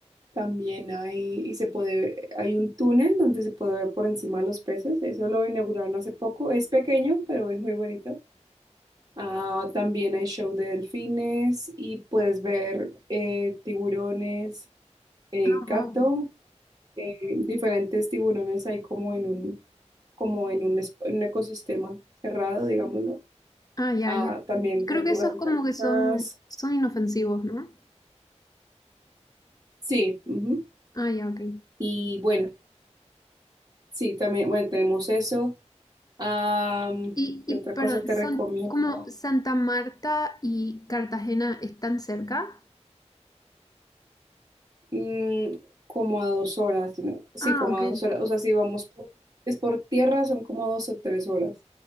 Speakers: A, on the right; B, on the left.
A: También hay, y se puede, hay un túnel donde se puede ver por encima los peces. Eso lo inauguraron hace poco. Es pequeño, pero es muy bonito. Ah, también hay show de delfines y puedes ver eh, tiburones, eh,
B: Ah,
A: gato,
B: wow.
A: eh, diferentes tiburones ahí como en un, como en un, es- en un ecosistema cerrado, digámoslo.
B: Ah, ya,
A: Ah,
B: ya.
A: también
B: Creo
A: tortugas
B: que esos como
A: marinas.
B: que son, son inofensivos, ¿no?
A: Sí, ujú.
B: Ah, ya, ok.
A: Y bueno, sí, también, bueno, tenemos eso. Am,
B: Y,
A: ¿qué
B: y,
A: otra
B: pero
A: cosa te
B: son
A: recomiendo?
B: como Santa Marta y Cartagena están cerca.
A: mm, como a dos horas, sino- sí,
B: Ah,
A: como
B: ok.
A: a dos horas, o sea, si vamos por, es por tierra son como dos o tres horas.